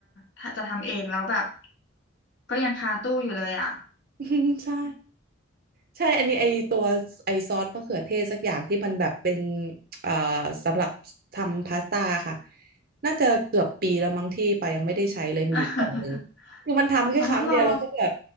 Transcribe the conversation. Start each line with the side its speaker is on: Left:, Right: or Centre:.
Left: ถ้าจะทำเองแล้วแบบก็ยังคาตู้อยู่เลยอ่ะ
Right: <laughs> ใช่ ใช่ อันนี้ไอตัวไอซอสมะเขือเทศสักอย่างที่มันแบบเป็นเอ่อสำหรับทำพาสต้าค่ะน่าจะเกือบปีแล้วมั้งที่ปายังไม่ได้ใช้เลยมีอยู่กล่องหนึ่ง
Left: <laughs>
Right: คือมันทำแค่ครั้งเดียวแล้วก็แบบ
Left: อ๋อเหรอ